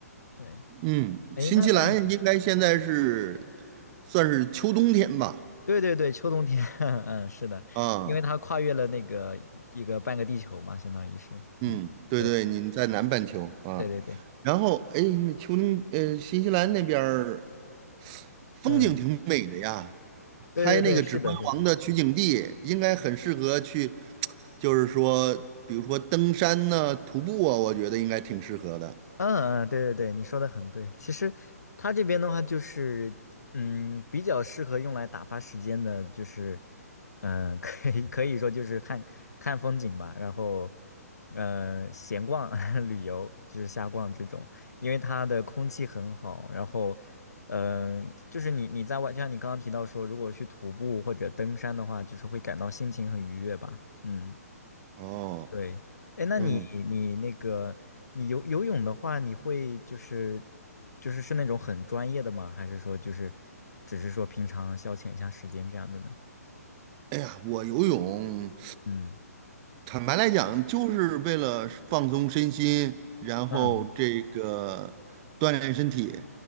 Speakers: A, on the left (about 80°); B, on the right (about 25°).
A: 对，
B: 嗯，
A: 哎，
B: 新西兰应该现在是
A: 那那你
B: 算是秋冬天吧？
A: 对对对，秋冬天，<laughs> 嗯，是的，
B: 啊，
A: 因为它跨越了那个一个半个地球嘛，相当于是，
B: 嗯，
A: 嗯，
B: 对对，
A: 对
B: 您在南半球啊，
A: 对对对，
B: 然后哎，那秋冬呃，新西兰那边儿风景挺美的呀，
A: 嗯，对对对，
B: 拍那个《指环王》的取景地，
A: 是的，是的，
B: 应该很适合去，就是说，比如说登山呢、徒步啊，我觉得应该挺适合的。
A: 嗯嗯，对对对，你说的很对。其实它这边的话，就是嗯，比较适合用来打发时间的，就是嗯、呃 <laughs> 可以可以说就是看看风景吧，然后嗯，闲逛 <laughs> 旅游，就是瞎逛这种。因为它的空气很好，然后嗯、呃就是你你在外，就像你刚刚提到说，如果去徒步或者登山的话，就是会感到心情很愉悦吧。嗯
B: 哦，
A: 对，哎，那你你那个你游游泳的话，
B: 嗯，
A: 你会就是就是是那种很专业的吗？还是说就是只是说平常消遣一下时间这样的呢？
B: 哎呀，我游泳，
A: 嗯
B: 坦白来讲，就是为了放松身心，然后这个锻炼身体。
A: 嗯